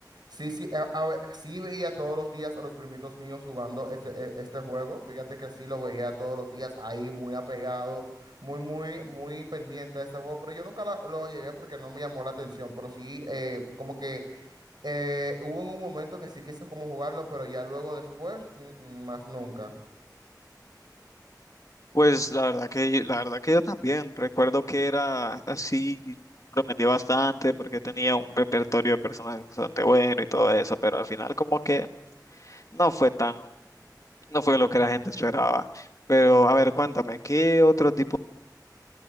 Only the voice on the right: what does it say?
Sí, sí, a, a ver, sí veía todos los días a los primitos míos jugando este, e- este juego. Fíjate que sí lo veía todos los días ahí, muy apegado, muy, muy, muy pendiente de este juego. Pero yo nunca la- lo llegué porque no me llamó la atención. Pero sí, eh, como que eh, hubo en un momento que sí quise como jugarlo, pero ya luego después, mm, mm, más nunca.